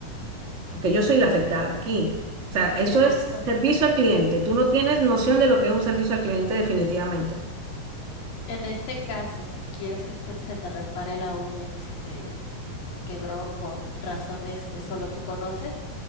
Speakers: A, on the right; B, on the left.
A: porque yo soy la afectada
B: Mm,
A: aquí. O sea, eso
B: si en
A: es
B: e- bueno,
A: servicio al cliente. Tú no tienes noción de lo que es un servicio al cliente definitivamente.
B: en este caso, si quieres que este- se te repare la uña que se te quebró por razones que solo tú conoces,